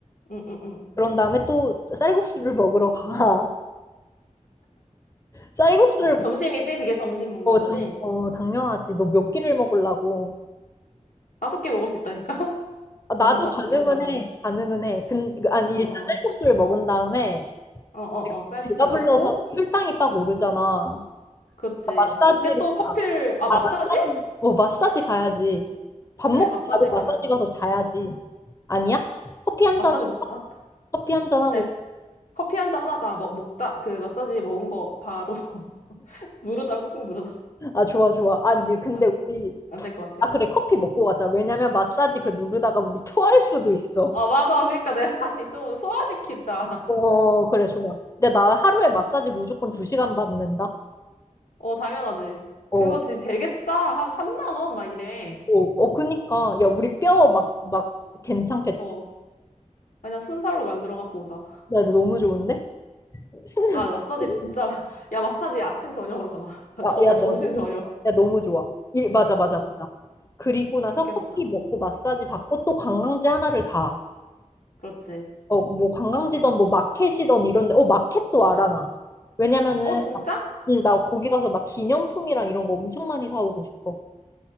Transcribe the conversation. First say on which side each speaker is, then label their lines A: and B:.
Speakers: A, on the left; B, on the left.
A: 응, 응, 응.
B: 그런 다음에 또 쌀국수를 먹으러 가. <laughs> 쌀국수를,
A: 어,
B: 먹-
A: 점심이지? 그게 점심 먹는
B: 어,
A: 거지?
B: 당, 어, 당연하지. 너 몇 끼를 먹으려고.
A: 다섯 개 먹을 수 있다니까? <laughs>
B: 아, 나도
A: 난 다섯
B: 가능은
A: 끼도 가다는.
B: 해. 가능은 해. 근, 그, 아니,
A: 어,
B: 일단
A: 어.
B: 쌀국수를 먹은 다음에
A: 어, 어, 어. 쌀국수
B: 배가
A: 먹고.
B: 불러서 혈당이 빡 오르잖아.
A: 그렇지.
B: 마사지를,
A: 그때 또 커피를 아,
B: 아,
A: 마사지?
B: 마사지, 어, 마사지 가야지. 밥 먹고
A: 그래. 마사지
B: 바로 마사지
A: 반응.
B: 가서 자야지. 아니야? 커피 한
A: 마사지
B: 잔,
A: 먹 마...
B: 커피 한 잔 하고.
A: 아니, 커피 한 잔 하자. 먹, 먹다 그 마사지 먹은 거 바로 <laughs> 누르다 꾹꾹 누르다.
B: 아, 좋아, 좋아. 아니, 근데
A: 아.
B: 우리,
A: 안 될 것 같아.
B: 아, 그래, 커피 먹고 가자. 왜냐면 마사지 그 누르다가 우리 토할 수도 있어.
A: 아, 맞아. 그러니까 내 말이 좀 소화시키자.
B: 어, 그래, 좋아. 근데 나 하루에 마사지 무조건 2시간 받는다.
A: 어, 당연하지.
B: 어.
A: 그거 지 되게 싸. 한 3만 원 막 이래.
B: 어, 어, 그니까. 야, 우리 뼈 막, 막, 괜찮겠지?
A: 어, 그냥 순살로 만들어 갖고 오자.
B: 야, 너 너무 좋은데? <laughs> 순,
A: 아, 마사지
B: 순,
A: 진짜. <laughs> 야, 마사지 아침 저녁으로 받아. <laughs>
B: 아,
A: 저,
B: 야,
A: 점심
B: 너 너무
A: 저녁.
B: 좋아. 야, 너무 좋아. 일, 맞아, 맞아,
A: 어,
B: 맞아. 그리고 나서
A: 그렇게
B: 커피
A: 받자.
B: 먹고 마사지 받고 또 관광지 하나를 가.
A: 그렇지.
B: 어, 뭐 관광지던 뭐 마켓이던 이런데, 어, 마켓도 알아, 나. 왜냐면은,
A: 어, 진짜?
B: 나- 응, 나 거기 가서 막 기념품이랑 이런 거 엄청 많이 사오고 싶어.